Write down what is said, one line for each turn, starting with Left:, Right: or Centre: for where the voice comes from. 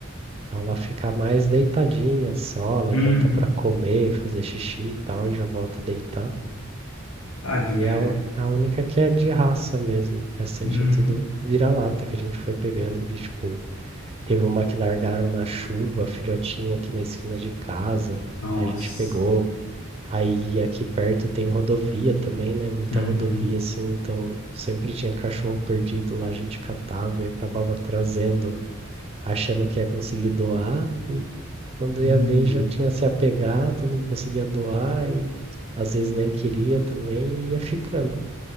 Right: Então ela fica mais deitadinha só, levanta
Left: Uhum.
Right: pra comer, fazer xixi e tal, e já volta a deitar.
Left: Tadinha,
Right: E é a,
Left: velho.
Right: u- a única que é de raça mesmo. O restante
Left: Uhum.
Right: é tudo vira-lata que a gente foi pegando. De, tipo, teve uma que largaram na chuva, a filhotinha aqui na esquina de casa.
Left: Nossa.
Right: Aí a gente pegou. Aí aqui perto tem rodovia também, né? Muita
Left: Uhum.
Right: rodovia, assim. Então sempre tinha cachorro perdido lá, a gente catava e acabava trazendo, achando que ia conseguir doar. E quando ia
Left: Uhum.
Right: ver, já tinha se apegado, não conseguia doar e às vezes nem queria também e ia ficando.